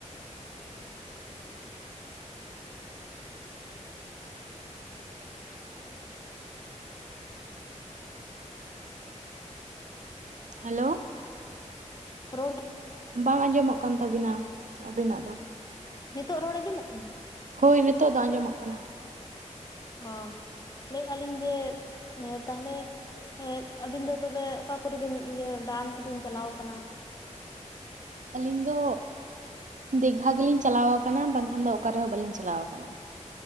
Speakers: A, on the right (about 80°); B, on the left (about 30°).
A: ᱦᱮᱞᱳ
B: ᱨᱚᱲᱰ
A: ᱵᱟᱝ ᱟᱸᱡᱚᱢᱚᱜ ᱠᱟᱱ ᱛᱟᱵᱤᱱᱟ ᱟᱵᱤᱱᱟᱜ ᱫᱚ᱾
B: ᱱᱤᱛᱚᱜ ᱨᱚᱲ ᱟᱸᱡᱚᱢᱚᱜ ᱠᱟᱱᱟ?
A: ᱦᱳᱭ ᱱᱤᱛᱚᱜ ᱫᱚ ᱟᱸᱡᱚᱢᱚᱜ ᱠᱟᱱᱟ᱾
B: ᱚ ᱞᱟᱹᱭᱼᱟ ᱞᱤᱧ ᱡᱮ ᱛᱟᱦᱚᱞᱮ ᱦᱮᱫ ᱟᱹᱵᱤᱱ ᱫᱚ ᱛᱚᱵᱮ ᱚᱠᱟ ᱠᱚᱨᱮ ᱵᱤᱱ ᱤᱭᱟᱹ ᱫᱟᱬᱟᱱ ᱠᱚᱵᱤᱱ ᱪᱟᱞᱟᱣ ᱟᱠᱟᱱᱟ?
A: ᱟᱹᱞᱤᱧ ᱫᱚ ᱫᱤᱜᱜᱷᱟ ᱜᱮᱞᱤᱧ ᱪᱟᱞᱟᱣ ᱟᱠᱟᱱᱟ ᱵᱟᱝᱠᱷᱟᱱ ᱫᱚ ᱚᱠ ᱨᱮᱦᱚᱸ ᱵᱟᱟᱹᱞᱤᱧ ᱪᱟᱞᱟᱣ ᱟᱠᱟᱱᱟ᱾